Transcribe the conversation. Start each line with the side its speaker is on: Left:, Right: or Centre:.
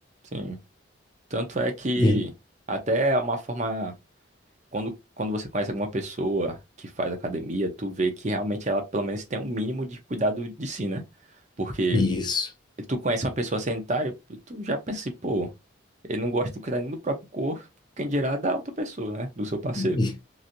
Right: sim. Tanto é que
Left: E,
Right: até é uma forma, quando, quando você conhece alguma pessoa que faz academia, tu vê que realmente ela pelo menos tem um mínimo de cuidado de si, né? Porque
Left: isso,
Right: tu conhece uma pessoa sedentária, tu já pensa assim, pô, ele não gosta de cuidar nem do próprio corpo, quem dirá da outra pessoa, né? Do seu parceiro.
Left: E-